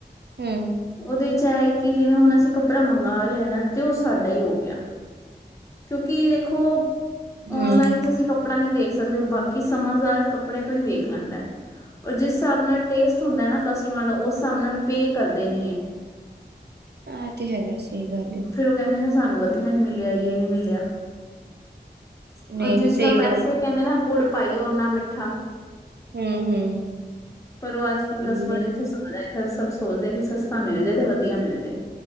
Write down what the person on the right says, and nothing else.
ਹਮ।
ਹੂੰ,
ਐ ਤੇ ਹੈਗਾ, ਸਹੀ ਗੱਲ ਏ।
ਨਹੀਂ-ਨਹੀਂ
ਸਹੀ
ਗੱਲ
ਹੂੰ-ਹੂੰ।
ਲੇ